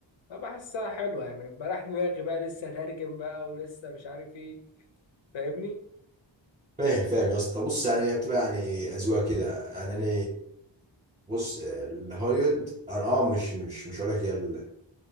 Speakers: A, on the left; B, on the right.
A: فبحسها حلوه يعني بريح دماغي بقى لسه ترجم بقى ولسه مش عارف ايه فاهمني
B: فاهم فاهم يا اسطى بص يعني هي بتبقى يعني اذواق كده يعني انا بص الهوليوود انا اه مش مش مش هقول لك هي